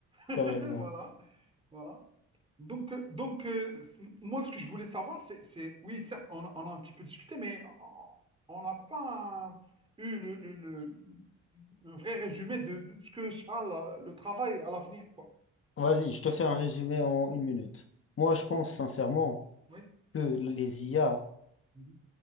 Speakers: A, on the right; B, on the left.
A: <laughs>
B: carrément.
A: Voilà, voilà. Donc, euh, donc euh, c- moi, ce que je voulais savoir, c'est, c'est- oui, certes, on, a on a un petit peu discuté, mais on on n'a pas un- eu le, le- le- un vrai résumé de, de ce que sera la- le travail à l'avenir, quoi.
B: Vas-y, je te fais un résumé en une minute. Moi, je pense
A: Ok,
B: sincèrement
A: oui.
B: que les IA...
A: Mhm.